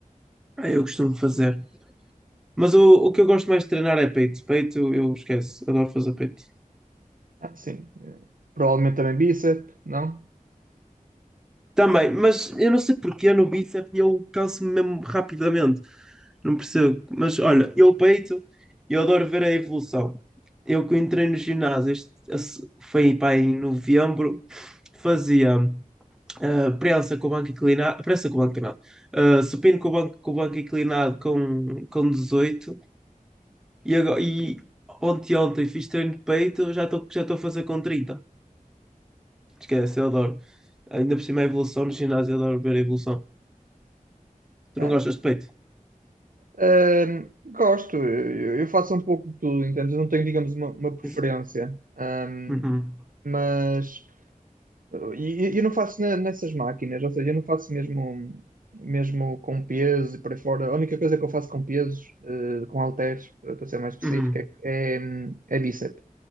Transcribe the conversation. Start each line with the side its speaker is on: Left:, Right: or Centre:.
Centre: Ah, eu costumo fazer. Mas o, o que eu gosto mais de treinar é peito. Peito, eu eu esqueço. Adoro fazer peito.
Right: Ah, sim. Eh, Provavelmente também bíceps, não?
Centre: Também, mas eu não sei porquê no bíceps eu canso-me mesmo rapidamente. Não percebo. Mas olha, eu peito, eu adoro ver a evolução. Eu que entrei no ginásio, este, esse- foi pá, em novembro, fazia. ah, prensa com o banco inclinado, prensa com o banco inclinado, ah, supino com o banco, com o banco inclinado com, com 18 e, agora, e ontem, ontem fiz treino de peito, já estou já estou a fazer com 30. Esquece, eu adoro. Ainda por cima a evolução no ginásio, eu adoro ver a evolução. Tu
Right: É.
Centre: não gostas de peito?
Right: Ahm, gosto, eu, eu faço um pouco de tudo, entendes? Eu não tenho, digamos, uma, uma preferência.
Centre: Isso.
Right: Ahm,
Centre: Uhum.
Right: mas e- e- eu, não faço ne- nessas máquinas, ou seja, eu não faço mesmo, mesmo com peso e por aí fora. A única coisa que eu faço com pesos, eh, com halteres, eh, para ser mais específico,
Centre: Uhum.
Right: é, é, é bíceps.